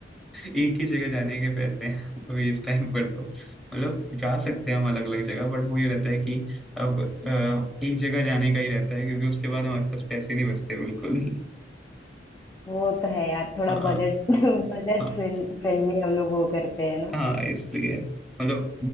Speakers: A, in the centre; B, on the left.
A: एक ही जगह जाने के पैसे हैं अभी इस टाइम पर तो मतलब जा सकते हैं हम अलग अलग जगह बट वो ये रहता है कि अब अ, एक जगह जाने का ही रहता है क्योंकि उसके बाद हमारे पास पैसे नहीं बचते बिल्कुल भी
B: वो तो है यार थोड़ा
A: हाँ
B: बजट बजट
A: हाँ।
B: फ्रेंडली <laughs> हम लोग वो करते हैं ना
A: हाँ इसलिए मतलब